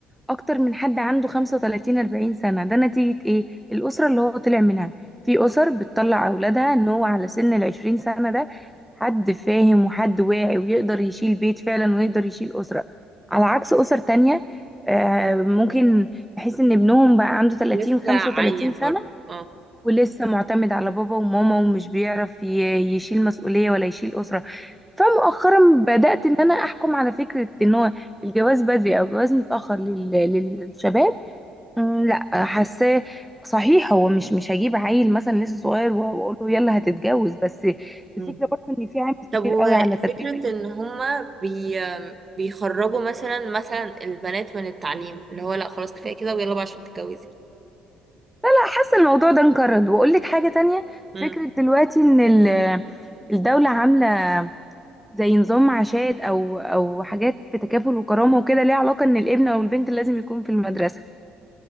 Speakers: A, in the centre; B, on the right.
A: اكتر من حد عنده 35 40 سنة ده نتيجة ايه الاسرة اللي هو طلع منها في اسر بتطلع اولادها ان هو على سن ال 20 سنة ده حد فاهم وحد واعي ويقدر يشيل بيت فعلا ويقدر يشيل اسرة على عكس اسر تانية آه، ممكن بحيث ان ابنهم بقى عنده 30
B: لسه
A: 35
B: عيل
A: سنة
B: برضو اه
A: ولسه معتمد على بابا وماما ومش بيعرف ي- يشيل مسؤولية ولا يشيل أسرة فمؤخرا بدأت إن أنا أحكم على فكرة إن هو الجواز بدري أو الجواز متأخر لل- للشباب مم، لا حاساه صحيح هو مش مش هجيب عيل مثلا لسه صغير و- واقول له يلا هتتجوز بس
B: مم.
A: الفكره برضه ان في عامل
B: طب
A: كبير
B: وفكرة
A: قوي على تربيه الاسره
B: ان هما بي بيخرجوا مثلا مثلا البنات من التعليم اللي هو لا خلاص كفاية كده ويلا بقى عشان تتجوزي
A: لا حاسه الموضوع ده انقرض واقول لك حاجه تانية
B: مم.
A: فكره دلوقتي ان ال- الدوله عامله زي نظام معاشات او او حاجات في تكافل وكرامه وكده ليها علاقه ان الابن او البنت لازم يكون في المدرسه